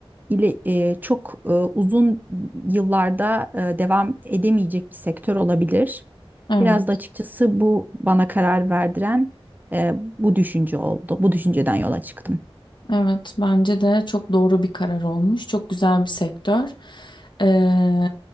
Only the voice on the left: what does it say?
Evet,
evet bence de çok doğru bir karar olmuş. Çok güzel bir sektör. Ee,